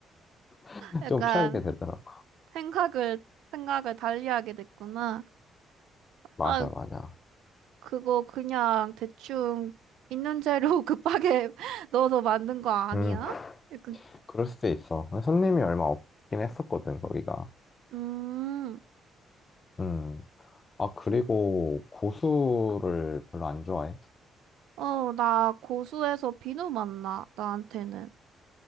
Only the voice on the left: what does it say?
<laughs>
좀 피하게 되더라고.
맞아,
맞아.
음,
그럴 수도 있어. 손님이 얼마 없긴 했었거든, 거기가.
음. 아, 그리고 고수를 별로 안 좋아해?